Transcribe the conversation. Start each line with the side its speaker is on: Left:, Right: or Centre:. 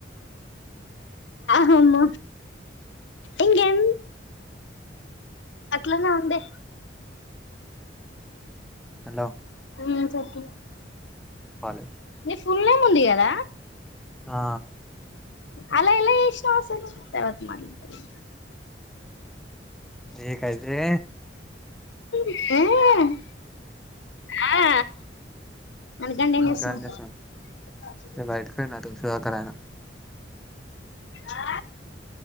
Left: హమ్మ ఇంకేం అట్లనే ఉండి
Centre: హలో
Left: మ్ చెప్పు
Centre: చెప్పాలి
Left: నీ ఫుల్ నేమ్ ఉంది కదా
Centre: ఆ
Left: అలా ఇలా ఏసినావ్ అస్సలు తర్వాత మాట్లాడతలే
Centre: నీకదే
Left: హ్మ్మ్ ఆ ననుగండేం
Centre: ఇంకా
Left: చేసిన్నవ్
Centre: ఏం చేస్తున్నావ్
Left: అ
Centre: బయటకు పోయినాతో సుధాకర్ ఆయన
Left: ఆ